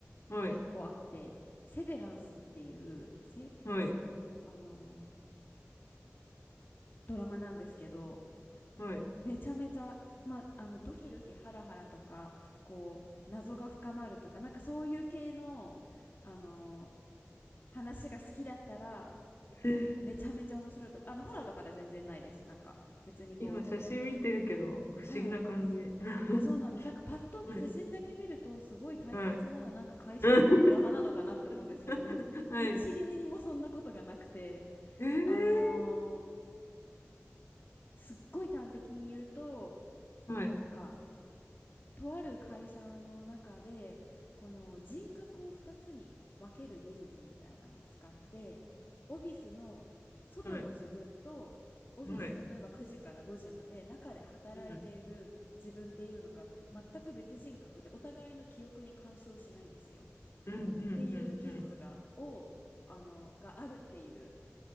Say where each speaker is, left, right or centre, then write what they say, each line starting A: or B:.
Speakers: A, on the left; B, on the left.
A: はい。
B: 一個あって、セベランスっていう、せ、
A: はい。はい
B: あの、ドラマなんですけど、
A: はい。
B: めちゃめちゃ、まあ、あの、ドキドキハラハラとか、こう、謎が深まるとか、なんかそういう系の、あの話が好きだったら
A: えー
B: めちゃめちゃ面白いと思う。あの、ホラーとかでは全然ないです。なんか別にこう、
A: 今写真見てるけど、不思議な感じ。
B: はい。
A: <laughs>
B: あ、そうなんです。なんかパッと見、
A: はい。
B: 写真だけ見るとすごい退屈な、
A: はい。
B: なんか会社員のドラマなのかなって思うんですけども、
A: うん <laughs> はい。
B: 1ミリもそんなことがなくて、
A: えー
B: あのーすっごい端的に言うと、
A: はい。
B: なんかとある会社の中でこの人格を2つに分ける技術みたいなのを使ってオフィスの外の自分とオフィス例えば9時から5時まで中で働いている自分っていうのが全く別人格でお互いの記憶に干渉しないんですよ
A: はい。はい。うん。うん。うん。
B: っていう技術が、
A: うん。うん
B: を、あの、があるっていう